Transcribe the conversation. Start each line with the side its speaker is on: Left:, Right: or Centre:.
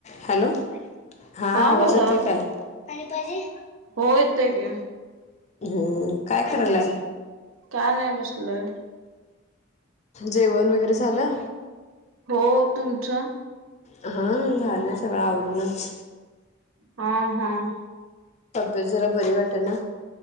Left: Hello, हां
Right: हा
Left: आवाज
Right: बोला
Left: येतोय काय? पाणी पाहिजे?
Right: हो येतंय की.
Left: हंम्म, काय करायलाय?
Right: काय नाही बसलोय.
Left: जेवण वगैरे झालं?
Right: हो, तुमचं?
Left: हां, झालं सगळं आवरूनच.
Right: हां, हां.
Left: तब्येत जरा बरी वाटेल ना.